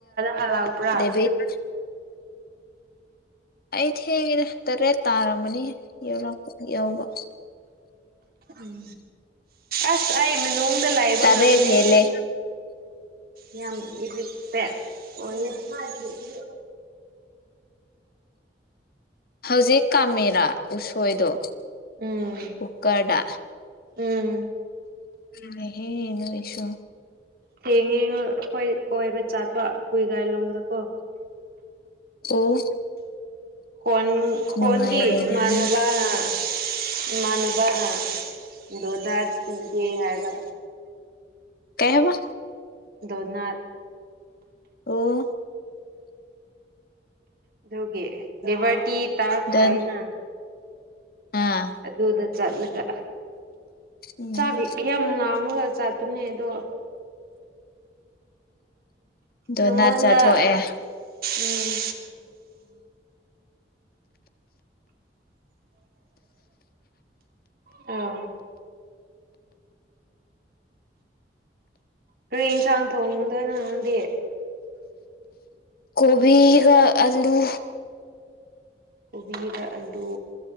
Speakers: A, on the right; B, on the left.
A: ꯍꯜꯂꯛꯄ꯭ꯔꯥ
B: ꯗꯦꯕꯤꯠ ꯑꯩ ꯊꯦꯡꯉꯦꯗ ꯇꯔꯦꯠ ꯇꯥꯔꯝꯃꯅꯤ ꯌꯧꯔꯛꯄ ꯌꯧꯕ
A: ꯎꯝ ꯑꯁ ꯑꯩ ꯃꯅꯨꯡꯗ ꯂꯩꯕ
B: ꯇꯔꯦꯠ
A: ꯉꯝꯗꯦꯍꯦ
B: ꯍꯦꯜꯂꯦ
A: ꯌꯥꯝ ꯏꯔꯤꯇꯦꯠ ꯑꯣꯏꯌꯦ <unintelligible>
B: ꯍꯧꯖꯤꯛ ꯀꯥꯝꯃꯦꯔꯥ ꯎꯁꯣꯏꯗꯣ
A: ꯎꯝ
B: ꯀꯨꯀꯔꯗ
A: ꯎꯝ
B: ꯅꯦꯍꯦ ꯅꯨꯁꯣ
A: ꯊꯦꯡꯉꯦ ꯍꯣꯏ ꯀꯣꯏꯕ ꯆꯥꯠꯄ ꯔꯨꯏꯒꯥꯏꯂꯣꯡꯗꯀꯣ
B: ꯑꯣ
A: ꯈꯣꯟ ꯈꯣꯟꯒꯤ
B: ꯅꯨꯡꯉꯥꯏꯔꯦꯗꯅ
A: ꯏꯃꯥꯟꯅꯕꯅ ꯏꯃꯥꯟꯅꯕꯅ ꯗꯣꯟꯗꯥ ꯄꯤꯒꯦ ꯍꯥꯏꯕ
B: ꯀꯩꯕ
A: ꯗꯣꯅꯠ
B: ꯑꯣ
A: ꯑꯗꯨꯒꯤ ꯗꯦꯕꯔꯗꯤ ꯇꯥꯛꯁ
B: ꯗꯟ
A: ꯂꯥꯛꯏꯅ
B: ꯑꯥ
A: ꯑꯗꯨꯗ ꯆꯠꯂꯒ
B: ꯎꯝ
A: ꯆꯥꯛ ꯌꯥꯝ ꯂꯥꯝꯃꯒ ꯆꯠꯄꯅꯦ ꯑꯗꯣ
B: ꯗꯣꯅꯠ
A: ꯅꯪꯉꯣꯟꯗ
B: ꯆꯠꯊꯣꯛꯑꯦ
A: ꯎꯝ ꯑꯧ ꯀꯔꯤ ꯏꯟꯁꯥꯡ ꯊꯣꯡꯅꯤꯡꯗꯣꯏꯅꯣ ꯅꯪꯗꯤ
B: ꯀꯣꯕꯤꯒ ꯑꯜꯂꯨ
A: ꯀꯣꯕꯤꯒ ꯑꯜꯂꯨ